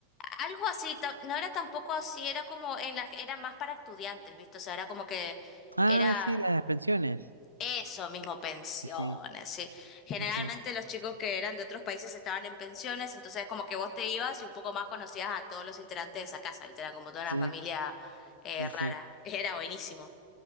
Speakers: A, on the left (about 35°); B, on the right (about 80°).
A: algo así, ta- no era tampoco así, era como en la, era más para estudiantes, ¿viste? O sea, era como que
B: Ah,
A: era
B: sí, las pensiones.
A: eso mismo, pensiones,
B: Sí, sí,
A: sí. Generalmente
B: sí,
A: los chicos que eran de otros países estaban en pensiones, entonces como que vos te ibas y un poco más conocías a todos los integrantes de esa casa, ¿viste? Era como toda una
B: sí,
A: familia eh,
B: sí,
A: rara.
B: sí. Sí,
A: <laughs> Era buenísimo.